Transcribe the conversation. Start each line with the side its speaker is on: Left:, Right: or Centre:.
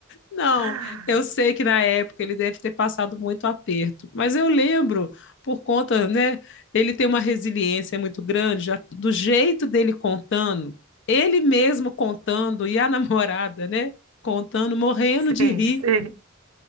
Left: Não,
Right: <laughs>
Left: eu sei que na época ele deve ter passado muito aperto, mas eu lembro, por conta, né, ele tem uma resiliência muito grande, já do jeito dele contando, ele mesmo contando e a <laughs> namorada, né, contando, morrendo de
Right: Sim,
Left: rir.
Right: sim.